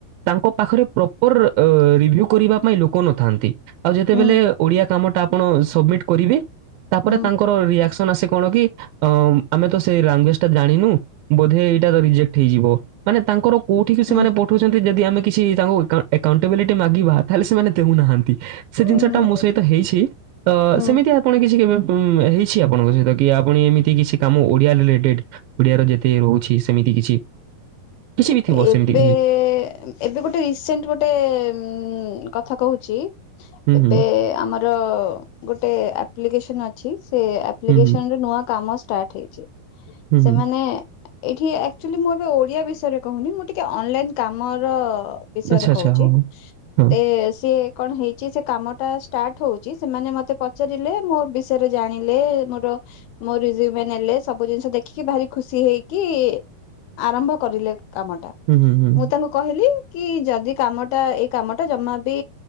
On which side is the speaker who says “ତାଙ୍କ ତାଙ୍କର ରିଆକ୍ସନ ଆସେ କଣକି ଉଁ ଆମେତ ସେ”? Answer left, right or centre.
Right